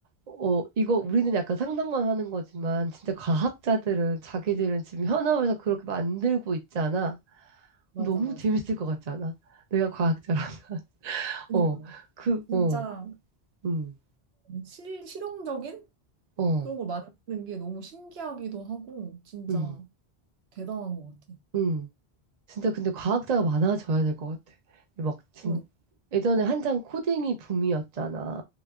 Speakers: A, on the right; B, on the right.
A: 어, 이거 우리는 약간 상상만 하는 거지만 진짜 과학자들은 자기들은 지금 현업에서 그렇게 만들고 있잖아.
B: 맞아
A: 너무
B: 맞아.
A: 재밌을 것 같지 않아? 내가 과학자라. <laughs>
B: 그니까
A: 어. 그 어.
B: 진짜
A: 음.
B: 실 실용적인
A: 어.
B: 그런 걸 만드는 게 너무 신기하기도 하고 진짜
A: 음.
B: 대단한 것 같아.
A: 음. 진짜 근데 과학자가 많아져야 될 것 같아. 막 진,
B: 그러니까
A: 예전에 한창 코딩이 붐이었잖아.